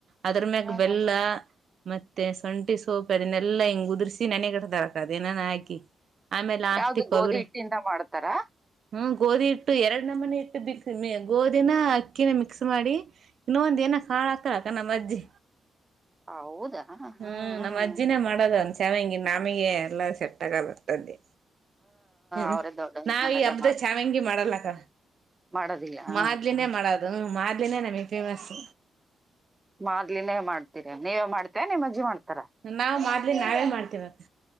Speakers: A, on the right (about 60°); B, on the right (about 15°).
A: ಅದ್ರ ಮ್ಯಾಗ ಬೆಲ್ಲ.
B: ಹ್ಮ್
A: ಮತ್ತೆ ಸೊಂಠಿ ಸೋಪ್ ಅದನ್ನೆಲ್ಲಾ ಹಿಂಗ್ ಉದುರ್ಸಿ ನನೆಗಿಡ ತರ ಅಕ್ಕ ಏನಾನ ಹಾಕಿ. ಆಮೇಲೆ ಲಾಸ್ಟಿಗ್
B: ಯಾವದ
A: ಕೊಬ್ಬರಿ
B: ಗೋಧಿ ಹಿಟ್ಟಿಂದ ಮಾಡ್ತಾರಾ.
A: ಹ್ಮ್ ಗೋಧಿ ಹಿಟ್ಟು ಎರಡ ನಮಿನಿ ಹಿಟ್ಟು ಬಿಕ್ ಮ ಗೋಧಿನ ಅಕ್ಕಿನ ಮಿಕ್ಸ್ ಮಾಡಿ. ಇನ ಒಂದ ಕಾಳ ಅಕಾತಾಳ ಅಕ್ಕ ನಮ್ಮ ಅಜ್ಜಿ.
B: ಹೌದಾ ಹ ಹ
A: ಹ್ಮ್ ನಮ್ಮ ಅಜ್ಜಿನೇ ಮಾಡದ ಚಾವಂಗಿ ನಮಗೆ ಎಲ್ಲ ಸೆಟ್ಟಗಾಲರ್ತದ್ದಿ. ಹ
B: ಅವ್ರೇ ದೊಡ್ಡ
A: ನಾವ
B: ಮನೇಲೆ
A: ಈ ಹಬ್ಬದಾಗ
B: ಮಾಡ
A: ಚಾವಂಗಿ ಮಾಡಲ್ಲಕ್ಕ.
B: ಮಾಡೋದಿಲ್ಲ ಹ
A: ಮಾದ್ಲಿನೇ ಮಾಡೋದು ಮಾದ್ಲಿನೇ ನಮಗ್ ಫೇಮಸ್.
B: ಮಾದಲಿನೆ ಮಾಡ್ತೀರಿ ನೀವೇ ಮಾಡ್ತೇ ನೀಮ್ಮ ಅಜ್ಜಿ ಮಾಡ್ತಾರಾ.
A: ನಾವ್ ಮಾದಲಿ ನಾವೇ ಮಾಡ್ತಿವ ಅಕ್ಕ.